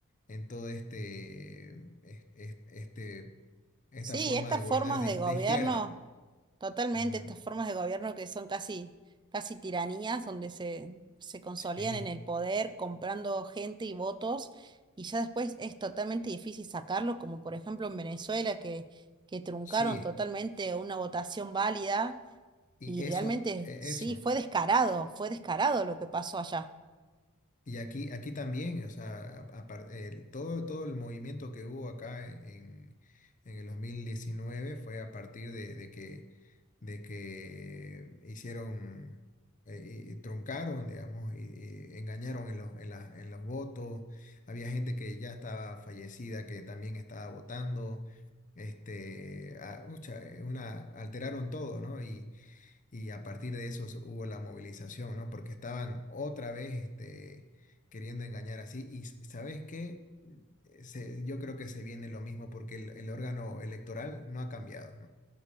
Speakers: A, on the left; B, on the right.
A: en todo este, es- es- este, esta
B: Sí,
A: forma
B: estas
A: de gobernar
B: formas
A: de,
B: de gobierno.
A: de izquierda.
B: Totalmente,
A: Ujú.
B: estas formas de gobierno que son casi, casi tiranías, donde se, se consolidan
A: Sí,
B: en el poder comprando gente y votos, y ya después es totalmente difícil sacarlo, como por ejemplo en Venezuela, que, que truncaron
A: sí.
B: totalmente una votación válida,
A: Y
B: y
A: eso,
B: realmente
A: e-
B: sí,
A: eso.
B: fue descarado, fue descarado lo que pasó allá.
A: Y aquí, aquí también, o sea, apar- el- todo, todo el movimiento que hubo acá en, en el 2019 fue a partir de, de que, de que hicieron, eh, y- y truncaron, digamos, y, y engañaron en los, en las- en los votos. Había gente que ya estaba fallecida, que también estaba votando. Este, ah, ucha, eh, una, alteraron todo, ¿no? Y a partir de eso se- hubo la movilización, ¿no? Porque estaban otra vez este, queriendo engañar así. Y s- ¿sabes qué? Eh, se- yo creo que se viene lo mismo porque el, el órgano electoral no ha cambiado, ¿no?